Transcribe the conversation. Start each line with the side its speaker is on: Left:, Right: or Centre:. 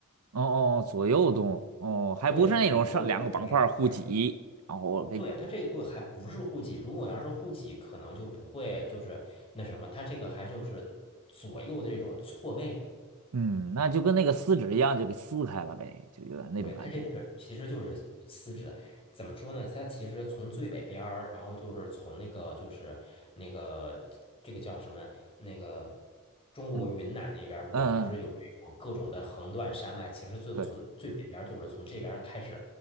Right: 哦，哦左右动，哦，还不是那种上两个板块互挤，
Left: 对，左右就是两片。
Right: 然后给，
Left: 对，它这个还不是户籍，如果要是户籍，可能就不会就是那什么，它这个还是就是左右这种错位。
Right: 嗯，那就跟那个撕纸一样，就给撕开了呗，就有点那种感觉。
Left: 对，它这条其实就是丝质，怎么说呢？它其实从最北边儿，然后就是从那个就是那个这个叫什么那个中国云南那边儿有不是有这种各种的横断山脉？
Right: 嗯嗯嗯，
Left: 其实最从最北边儿就是从这边儿开始，
Right: 对，